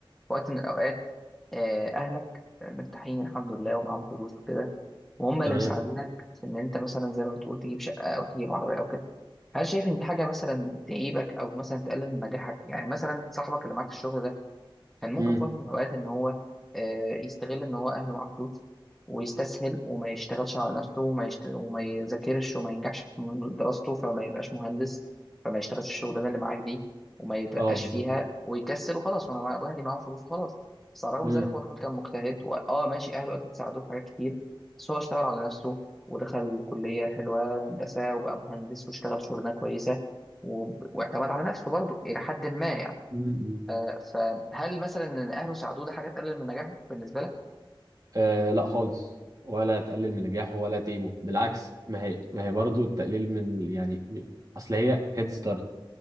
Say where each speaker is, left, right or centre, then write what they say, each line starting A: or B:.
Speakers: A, in the centre; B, on the right.
A: في وقت من الاوقات آه، اهلك مرتاحين الحمد لله ومعاهم فلوس وكده وهم اللي
B: تمام
A: مساعدينك في ان انت مثلا زي ما بتقول تجيب شقه او تجيب عربيه او كده هل شايف ان دي حاجه مثلا تعيبك او مثلا تقلل من نجاحك يعني مثلا صاحبك اللي معاك في الشغل ده كان ممكن
B: امم
A: في وقت من الأوقات إن هو آه، يستغل إن هو أهله معاه فلوس ويستسهل وما يشتغلش على نفسه وما يشت... وما يذاكرش وما ينجحش في دراسته فما يبقاش مهندس فما يشتغلش في الشغلانة اللي معاك دي وما يترقاش
B: اه بالظبط
A: فيها ويكسل وخلاص وأنا مع أهلي معاهم فلوس خلاص بس على الرغم
B: امم
A: من ذلك هو الراجل كان مجتهد وآه ماشي أهله أكيد ساعدوه في حاجات كتير بس هو اشتغل على نفسه ودخل كلية حلوة هندسة وبقى مهندس واشتغل شغلانة كويسة و... واعتمد على نفسه برضه إلى حد ما يعني
B: امم، امم.
A: آه، فهل مثلا ان اهله ساعدوه ده حاجه تقلل من نجاحه بالنسبه لك
B: آه لا خالص ولا تقلل من نجاحه ولا تيبه بالعكس ما هي ما هي برضه التقليل من يعني اصل هي هيد ستارت